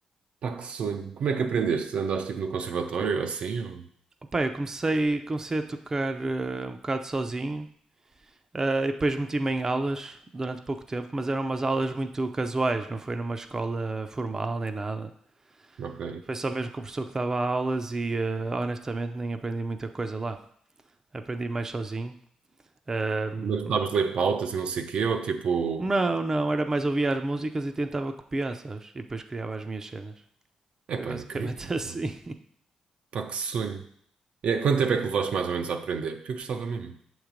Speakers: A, on the right; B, on the right.
A: Pá, que sonho. Como é que aprendeste? Andaste, tipo, no conservatório, ou assim? Ou...
B: Pá, eu comecei, comecei a tocar eh, um bocado sozinho. eh, e depois meti-me em aulas durante pouco tempo, mas eram umas aulas muito casuais, não foi numa escola formal nem nada.
A: Ok.
B: Foi só mesmo com o professor que dava aulas e eh, honestamente nem aprendi muita coisa lá. Aprendi mais sozinho. Ahm,
A: Mas sabes ler pautas e não sei o quê, ou, tipo...
B: não, não, era mais ouvir as músicas e tentava copiar, sabes? E depois criava as minhas cenas.
A: É
B: Foi
A: pá,
B: basicamente
A: incrível.
B: <laughs> assim.
A: pá. Pá, que sonho. É, quanto tempo é que levaste mais ou menos a aprender? Porque eu gostava mesmo.